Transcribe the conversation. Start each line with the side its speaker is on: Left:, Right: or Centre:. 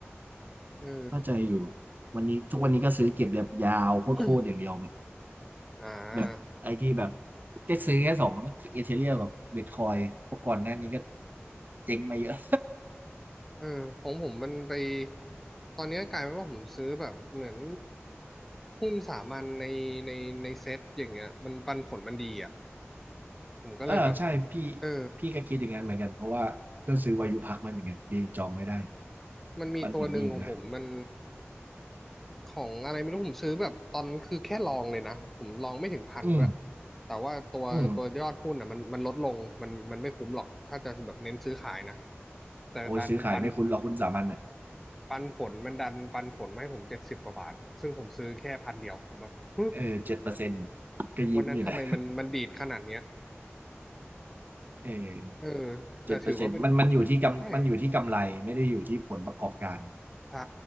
Centre: เออ
Right: เข้าใจอยู่วันนี้ทุกวันนี้ก็ซื้อเก็บแบบยาวโคตรๆอย่างเดียวแบบ
Centre: เงิน <coughs> อ่า
Right: แบบไอ้ที่แบบได้ซื้อแค่สองเอเธเรียมกับบิตคอยเพราะก่อนหน้านี้ก็เจ๊งมาเยอะ
Centre: เออของผมมันไปตอนนี้กลายเป็นว่าผมซื้อแบบเหมือนหุ้นสามัญในในในเซ็ตอย่างเงี้ยมันปันผลมันดีอ่ะ
Right: <laughs>
Centre: ผมก็เลยแบบ
Right: เออใช่พี่
Centre: เออ
Right: พี่ก็คิดอย่างนั้นเหมือนกันเพราะว่าก็ซื้อวายุพักมาเหมือนกันดีจองไม่ได้
Centre: มันมีตัวหนึ่งของผมมัน
Right: มันผลดีอยู่นะ
Centre: ของอะไรไม่รู้ผมซื้อแบบตอนคือแค่ลองเลยนะผมลองไม่ถึงพันด้วย
Right: อืม
Centre: แต่ว่าตัวตัวยอดหุ้นอ่ะมันมันลดลงมันมันไม่คุ้มหรอกถ้าจะแบบเน้นซื้อขายนะ
Right: อืม
Centre: แต่ดันปัน
Right: โอ้ยซื้อขายไม่คุ้นหรอกคุณสามัญอ่ะ
Centre: ปันผลมันดันปันผลมาให้ผมเจ็ดสิบกว่าบาทซึ่งผมซื้อแค่พันเดียวผมแบบหึ
Right: เออเจ็ดเปอร์เซ็นต์ก็ยิ้มอยู่นะ
Centre: วันนั้นทำไมมันมันดีดขนาดเนี้ย
Right: เออ
Centre: เออแต่ถือว่าเป็น
Right: เจ็ดเปอร์เซ็นต์มันมันอยู่ที่กำมันอยู่ที่กำไรไม่ได้อยู่ที่ผลประกอบการ
Centre: ใช่ใช่